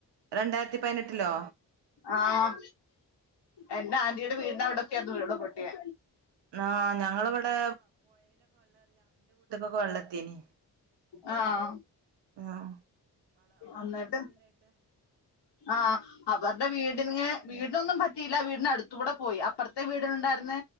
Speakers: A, on the right; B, on the left.
A: രണ്ടായിരത്തി പതിനെട്ടിലോ
B: ആഹ് എന്റെ ആന്റീടെ വീടിന അവിടെ ദൂരോള്ളു ഉരുൾ പൊട്ടിയെ
A: ആ ഞങ്ങളിവിടെ വെള്ളത്തിന്‌
B: ആഹ
A: ആഹ
B: എന്നിട്ട് ആഹ അവരുടെ വീട് നി വീടിനൊന്നും പറ്റിയില്ല വീടിന്റെ അടുത്ത് കൂടെ പോയി അപ്പുറത്തെ വീടിനുണ്ടായിരുന്ന